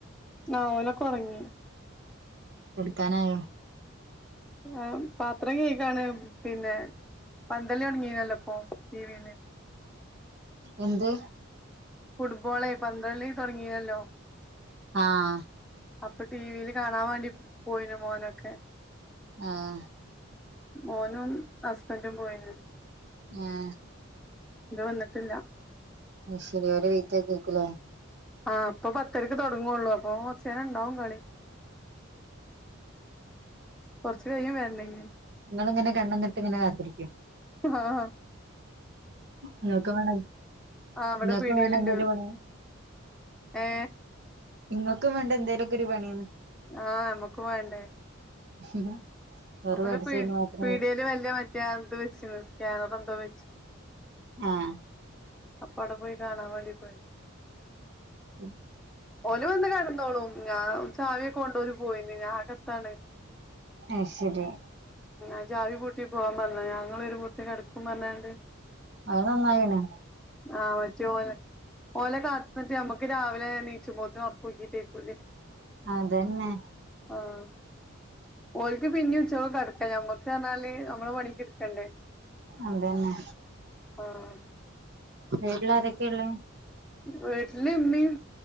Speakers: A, in the centre; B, on the right.
A: അഹ് ഓലൊക്കെ ഒറങ്ങിണ്
B: കെട്ക്കാനായോ
A: ഞാൻ പാത്രം കെഴ്കാണ് പിന്നെ പന്തളി തൊടങ്ങീനല്ലോ ഇപ്പൊ ടിവീയില്
B: എന്ത്
A: ഫുട്ബോളേ പന്തളി തുടങ്ങീണല്ലോ
B: ആഹ്
A: അപ്പ ടിവിയില് കാണാൻ വേണ്ടി പോയിന് മോനൊക്കെ
B: ആഹ്
A: മോനും ഹസ്ബൻന്റും പോയിന്
B: ഏഹ്
A: ഇണ്ട് വന്ന്ട്ടില്ല
B: അയ്ശെരി ഓരെ വെയ്റ്റ് ചെയ്ത് ഇരിക്കുംല്ലെ
A: ആഹ് ഇപ്പൊ പത്തരക്ക് തൊടങ്ങൊള്ളൂ അപ്പൊ കൊർച്ചേരം ഇണ്ടാവും കളി കൊർച്ച് കയ്യും വെര്നെങ്കില്
B: ഇങ്ങള് ഇങ്ങനെ കണ്ണുംനട്ട് ഇങ്ങനെ കാത്തിരിക്ക്യും
A: ആഹ് ആഹ്
B: ഇങ്ങക്ക് വേണേൽ
A: ആ ഇവിടെ
B: ഇങ്ങക്ക്
A: പീടിയേല്ണ്ട്
B: വേണല്ലോ എന്തേലും ഒരു പണി
A: ഏ
B: ഇങ്ങക്കും വേണ്ടെ എന്തേലൊക്കെ ഒരു പണിന്ന്
A: ആഹ് ഞമ്മക്കും വേണ്ടേ
B: <unintelligible>
A: അവ്ടെ പീ
B: മാത്രം
A: പിഡിയേല് വല്യെ മറ്റേ ആ ഇത്‌ വെച്ച്ണ് സ്കാനർ എന്തോ വെച്ച്ണ്
B: ആഹ്
A: അപ്പ അവ്ടെ പോയി കാണൻ വേണ്ടി പോയി
B: ഉം
A: ഓല് വന്ന് കെടന്നോളും ഞാ ഉം ചാവി ഒക്കെ കൊണ്ട് ഓല് പോയിന് ഞാൻ അകത്താണ്
B: അയ്ശരി
A: ആഹ് ഞാൻ ചാവി പൂട്ടി പോവാൻ പർഞ്ഞാ ഞാ ഇങ്ങള് വെരുമ്പോത്തിന് കെട്ക്കും പർഞ്ഞ്ങ്ങാണ്ട്
B: അത് നന്നായൊള്ളൂ
A: ആഹ് മറ്റേ ഓലെ ഓലെ കാത്ത്ന്ന്ട്ട് ഞമ്മക്ക് രാവിലെ നീച്ചുമ്പോത്തിന് ഒർ ക്കുര്തീട്ട് ഇര്ക്കൂലെ
B: അതന്നെ
A: ആഹ് ഓൽക്ക് പിന്നെ ഉച്ചക്ക് കടക്ക ഞമ്മക്ക് റ്ഞ്ഞാല് നമ്മളെ പണിക്കെ എടുക്കണ്ടേ
B: അതന്നെ
A: ആഹ്
B: വീട്ടിലാരക്കെ ള്ളെ
A: വീട്ടില് ഇമ്മിം